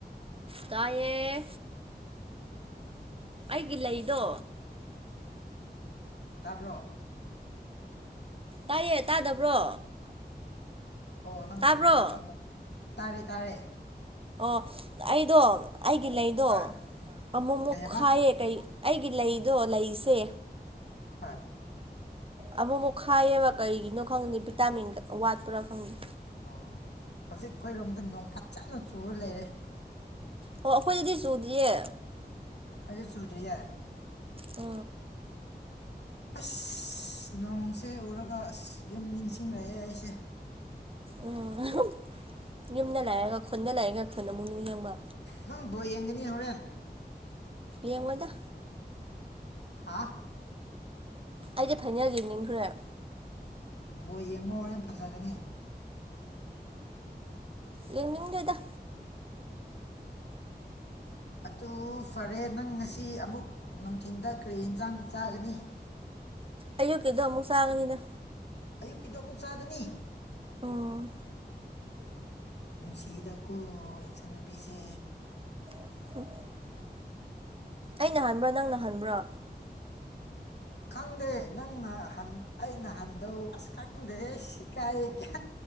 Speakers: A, on the right (about 35°); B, on the left (about 85°).
A: ꯇꯑꯌꯦꯦ ꯑꯩꯒꯤ ꯂꯩꯗꯣ
B: ꯇꯥꯕ꯭ꯔꯣ
A: ꯇꯥꯏꯌꯦ ꯇꯥꯗꯕ꯭ꯔꯣ
B: ꯑꯣ ꯅꯪꯒꯤ
A: ꯇꯥꯕ꯭ꯔꯣ
B: ꯈꯨꯣꯟꯖꯗ ꯑꯃꯨꯛ ꯇꯥꯔꯦ ꯇꯥꯔꯦ
A: ꯑꯣ ꯑꯩꯗꯣ ꯑꯩꯒꯤ ꯂꯩꯗꯣ
B: ꯍꯣꯏ
A: ꯑꯃꯨꯛ ꯑꯃꯨꯛ
B: ꯀꯩ ꯍꯥꯏꯕ
A: ꯈꯥꯏꯌꯦ ꯀꯩ ꯑꯩꯒꯤ ꯂꯩꯗꯣ ꯂꯩꯁꯦ
B: ꯍꯣꯏ
A: ꯑꯃꯨꯛ ꯑꯃꯨꯛ ꯈꯥꯏꯌꯦꯕ ꯀꯔꯤꯒꯤꯅꯣ ꯈꯪꯗꯦ ꯚꯤꯇꯥꯃꯤꯟ ꯋꯥꯠꯄ꯭ꯔꯥ ꯈꯪꯗꯦ
B: ꯑꯣ ꯍꯧꯖꯤꯛ ꯑꯩꯈꯣꯏꯔꯣꯝꯗ ꯅꯣꯡꯐꯥꯠ ꯆꯥꯅ ꯆꯨꯔ ꯂꯩꯔꯦ
A: ꯑꯣ ꯑꯩꯈꯣꯏꯗꯗꯤ ꯆꯨꯗ꯭ꯔꯤꯌꯦ
B: ꯑꯩ ꯆꯨꯖꯔꯤꯌꯥ
A: ꯑ
B: ꯑꯁ ꯅꯣꯡꯁꯦ ꯎꯔꯒ ꯑꯁ ꯌꯨꯝ ꯅꯤꯡꯁꯤꯡꯂꯛꯑꯦ ꯑꯩꯁꯦ
A: ꯎꯝ ꯌꯨꯝꯗ ꯂꯥꯛꯑꯒ ꯈꯨꯟꯗ ꯂꯥꯛꯑꯒ ꯈꯨꯟ ꯑꯃꯨꯛ ꯅꯤꯡ ꯌꯦꯡꯕ
B: ꯅꯪ ꯕꯣ ꯌꯦꯡꯒꯅꯤ ꯍꯣꯔꯦꯟ
A: ꯌꯦꯦꯝꯒꯣꯏꯗ
B: ꯍꯥꯥ
A: ꯑꯩꯗꯤ ꯐꯥꯏꯅꯦꯜꯒꯤ ꯏꯅꯤꯡꯈ꯭ꯔꯦꯕ
B: ꯕꯣ ꯌꯦꯡꯉꯣ ꯍꯣꯔꯦꯟ ꯐꯖꯒꯅꯤ
A: ꯌꯦꯃꯤꯝ ꯂꯩꯣꯏꯗ
B: ꯑꯗꯨ ꯐꯔꯦ ꯅꯪ ꯉꯁꯤ ꯑꯃꯨꯛ ꯅꯨꯡꯊꯤꯤꯟꯗ ꯀꯔꯤ ꯌꯦꯟꯁꯥꯡ ꯆꯥꯒꯅꯤ <unintelligible>
A: ꯑꯌꯨꯛꯀꯤꯗꯣ ꯑꯃꯨꯛ ꯆꯥꯉꯅꯤꯅ
B: ꯑꯌꯨꯛꯀꯤꯗꯣ ꯑꯃꯨꯛ ꯆꯥꯒꯅꯤ
A: ꯑꯣ
B: ꯅꯨꯡꯁꯤꯗꯀꯣ ꯏꯆꯟꯟꯅꯨꯄꯤꯁꯦ
A: <unintelligible> ꯑ ꯅ ꯍꯟꯕ꯭ꯔꯥ ꯅꯪ ꯅꯍꯟꯕ꯭ꯔꯣ
B: ꯈꯪꯗꯦ ꯅꯪꯅ ꯑꯩꯅ ꯍꯟꯗꯧ ꯑꯁ ꯈꯪꯗꯦ ꯁꯤ ꯀꯥꯏ ꯈ